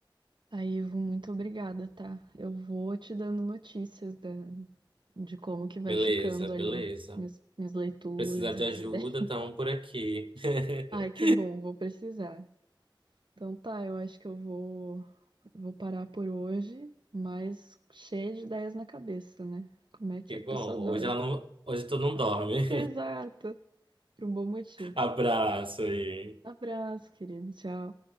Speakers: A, on the right; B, on the right.
A: Aí, Ivo, muito obrigada, tá? Eu vou te dando notícias da, de como que vai
B: Beleza,
A: ficando
B: beleza.
A: ali minhas, minhas leituras,
B: Precisar de
A: minhas
B: ajuda,
A: ideias.
B: estamos por aqui. <laughs>
A: <laughs> Ai, que bom, vou precisar. Então tá, eu acho que eu vou, vou parar por hoje, mas cheia de ideias na cabeça, né? Como é que
B: Que
A: a pessoa
B: bom. Hoje
A: dorme?
B: ela não, hoje tu não dorme.
A: <laughs> Exato, por um bom motivo.
B: <laughs> Abraço aí.
A: Abraço, querido, tchau.